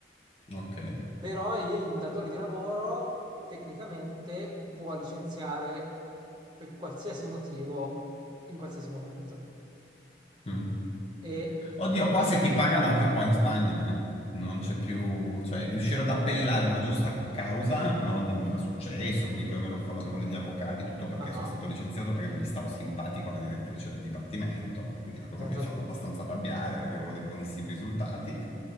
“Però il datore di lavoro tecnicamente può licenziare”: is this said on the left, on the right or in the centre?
Right